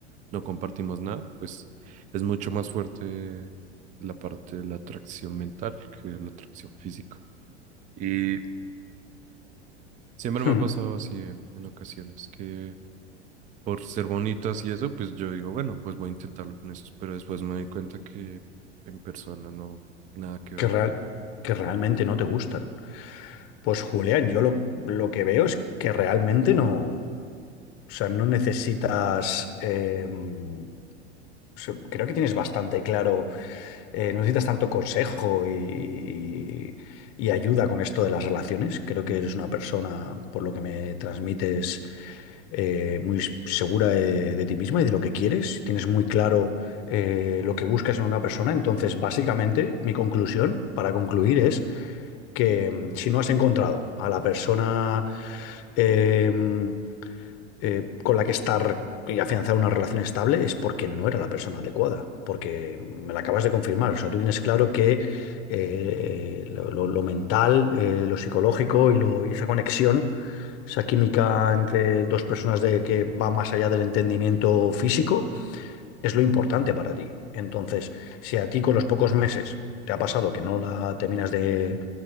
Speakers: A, on the right; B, on the left.
A: no compartimos nada, pues es mucho más fuerte la parte de la atracción mental que la atracción física. Y siempre
B: <laughs>
A: me ha pasado así en, en ocasiones, que por ser bonitas y eso, pues yo digo, bueno, pues voy a intentarlo con eso, pero después me doy cuenta que en persona no, nada que ver.
B: Que real, que realmente no te gustan. Pues Julián, yo lo, lo que veo es que realmente no, o sea, no necesitas, eh, o sea, creo que tienes bastante claro, eh, no necesitas tanto consejo y, y- y ayuda con esto de las relaciones. Creo que eres una persona, por lo que me transmites, eh, muy s- segura de, de ti misma y de lo que quieres. Tienes muy claro eh, lo que buscas en una persona. Entonces, básicamente, mi conclusión, para concluir, es que mm, si no has encontrado a la persona eh, mm, eh, con la que estar y afianzar una relación estable es porque no era la persona adecuada, porque me la acabas de confirmar. O sea, tú tienes claro que eh, lo, lo- lo mental, eh, lo psicológico y, lo, y esa conexión, esa química entre dos personas de, que va más allá del entendimiento físico, es lo importante para ti. Entonces, si a ti con los pocos meses te ha pasado que no la terminas de,